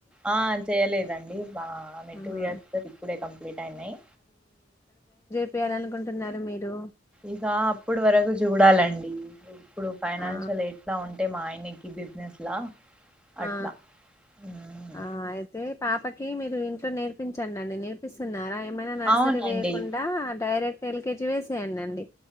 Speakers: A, in the centre; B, on the left (about 15°).
A: ఆ చేయలేదండి ఆమె
B: ఆహా.
A: టూ ఇయర్స్ ఇప్పుడే కంప్లీట్ అయినాయి
B: ప్పయాలనుకుంటున్నారు మీరు
A: ఇక అప్పుడు వరకు చూడాలండి ఇప్పుడు ఫైనాన్షియల్
B: ఆ
A: ఎట్లా ఉ అంటే మా ఆయనకి బిజినెస్ లా అట్లా
B: ఆ
A: మ్మ్.
B: ఆ అయితే పాపకి మీరు ఇంట్లో నేర్పించండి అండి నేర్పిస్తున్నారా ఏమైనా నర్సరీ
A: అవునండి
B: వేయకుండా డైరెక్ట్ ఎల్క కేజీ వేసేయండిండి